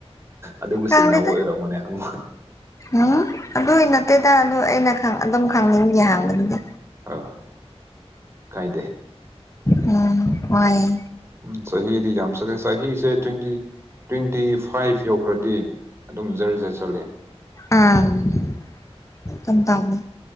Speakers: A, on the right; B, on the left.
A: ꯑꯗꯨꯒ
B: ꯈꯪꯗꯦꯗ
A: ꯆꯤꯡꯅꯕ ꯑꯣꯏꯔꯝꯃꯣꯅꯦ ꯍꯪ
B: ꯎꯝ ꯑꯗꯨꯏ ꯅꯠꯇꯦꯗ ꯑꯗꯨ ꯑꯩꯅ ꯑꯗꯨꯝ ꯈꯪꯅꯤꯡꯕꯒꯤ ꯍꯥꯡꯕꯅꯤꯗ
A: ꯍꯣꯏ ꯍꯣꯏ ꯀꯥꯏꯗꯦ
B: ꯎꯝ ꯋꯥꯏꯌꯦ
A: ꯎꯝ ꯆꯍꯤꯗꯤ ꯌꯥꯝ ꯆꯛꯉꯦ ꯆꯍꯤꯁꯦ ꯇ꯭ꯋꯦꯟꯇꯤ ꯇ꯭ꯋꯦꯟꯇꯤ ꯐꯥꯏꯚ ꯌꯧꯈ꯭ꯔꯗꯤ ꯑꯗꯨꯝ ꯖꯔ ꯖꯔ ꯆꯠꯂꯦ
B: ꯎꯝ ꯇꯨꯝ ꯇꯧꯕꯅꯤ